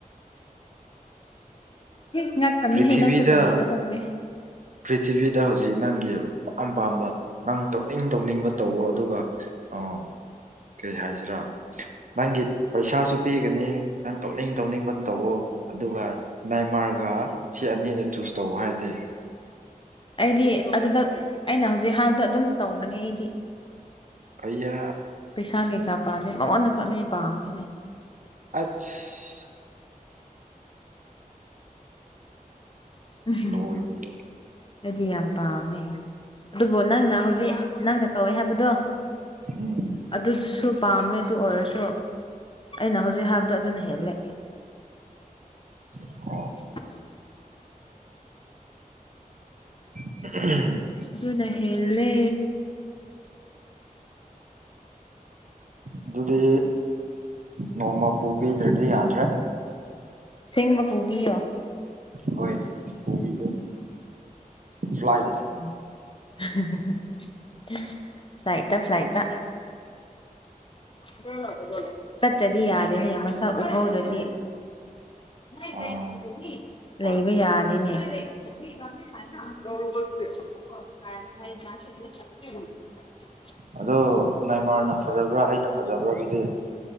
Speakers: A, on the left; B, on the right.
A: ꯉꯥꯛꯀꯅꯨꯍꯦ
B: ꯄ꯭ꯔꯤꯊꯤꯕꯤꯗ
A: ꯅꯪꯁꯨ ꯀꯔꯤꯅꯣ ꯈꯪꯗꯦ
B: ꯄ꯭ꯔꯤꯊꯤꯕꯤꯗ ꯍꯧꯖꯤꯛ ꯅꯪꯒꯤ ꯑꯄꯥꯝ ꯄꯥꯝꯕ ꯅꯪ ꯇꯧꯅꯤꯡ ꯇꯧꯅꯤꯡꯕ ꯇꯧꯋꯣ ꯑꯗꯨꯒ ꯑꯣ ꯀꯩ ꯍꯥꯏꯁꯤꯔꯥ ꯅꯪꯒꯤ ꯄꯩꯁꯥꯁꯨ ꯄꯤꯒꯅꯤ ꯅꯪ ꯇꯧꯅꯤꯡ ꯇꯧꯅꯤꯡꯕ ꯇꯧꯋꯣ ꯑꯗꯨꯒ ꯅꯥꯏꯃꯥꯔ ꯑꯗꯨꯒ ꯁꯤ ꯑꯅꯤꯗ ꯆꯨꯁ ꯇꯧ ꯍꯥꯏꯔꯗꯤ
A: ꯑꯩꯗꯤ ꯑꯗꯨꯗ ꯑꯩꯅ ꯍꯧꯖꯤꯛ ꯍꯥꯏꯕꯗꯣ ꯑꯗꯨꯝ ꯇꯧꯒꯅꯤ ꯑꯩꯗꯤ
B: ꯑꯩꯌꯥ
A: ꯄꯩꯁꯥ ꯀꯩꯀꯥ ꯄꯥꯜꯂꯤ ꯃꯉꯣꯟꯗ ꯈꯛꯅꯦ ꯄꯥꯝꯃꯤꯁꯦ
B: ꯑꯠꯁ
A: ꯎꯝ
B: ꯂꯣꯏꯔꯦꯍꯦ
A: ꯑꯩꯗꯤ ꯌꯥꯝ ꯄꯥꯝꯃꯦ ꯑꯗꯨꯕꯨ ꯅꯪꯅ ꯍꯧꯖꯤꯛ ꯗꯤ ꯅꯪꯅ ꯇꯧꯋꯦ ꯍꯥꯏꯕꯗꯣ
B: ꯎꯝ
A: ꯑꯗꯨꯁꯨ ꯄꯥꯝꯃꯦ ꯑꯗꯨ ꯑꯣꯏꯔꯁꯨ ꯑꯩꯅ ꯍꯧꯖꯤꯛ ꯍꯥꯏꯕꯗꯣ ꯑꯗꯨꯅ ꯍꯦꯜꯂꯦ
B: <inaudible>
A: <inaudible>
B: <unintelligible>
A: ꯑꯗꯨꯅ ꯍꯦꯜꯂꯦ
B: ꯑꯗꯨꯗꯤ ꯅꯣꯡꯃ ꯄꯨꯕꯤꯗ꯭ꯔꯗꯤ ꯌꯥꯗ꯭ꯔꯦ
A: ꯁꯦꯡꯕ ꯄꯨꯕꯤ ꯌꯣ
B: ꯍꯣꯏ ꯄꯨꯕꯤꯒꯦ
A: <unintelligible>
B: ꯐ꯭ꯂꯥꯏꯠꯇ
A: ꯐ꯭ꯂꯥꯏꯇ ꯐ꯭ꯂꯥꯏꯇ <unintelligible> ꯆꯠꯇ꯭ꯔꯗꯤ ꯌꯥꯗꯦ ꯍꯥꯏꯌꯦ ꯃꯁꯛ ꯎꯠꯍꯧꯗ꯭ꯔꯗꯤ <unintelligible>
B: ꯑꯥ ꯍꯣꯏ
A: ꯂꯩꯕ ꯌꯥꯗꯦꯅꯦ <unintelligible>
B: ꯑꯗꯣ ꯅꯦꯌꯃꯥꯔꯅ ꯐꯖꯕ꯭ꯔꯥ ꯑꯩꯅ ꯐꯖꯕ꯭ꯔꯥ ꯑꯗꯨꯗꯤ